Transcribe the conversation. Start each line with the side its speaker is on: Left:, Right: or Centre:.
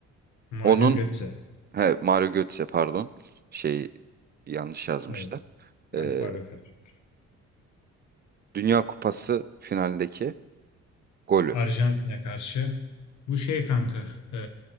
Left: Mario
Right: Onun
Left: Götze.
Right: he, Mario Götze pardon. Şey yanlış yazmışlar.
Left: Evet. Alfabe
Right: Ee,
Left: karışmış.
Right: Dünya Kupası finaldeki golü.
Left: Arjantin'e karşı. Bu şey kanka. e,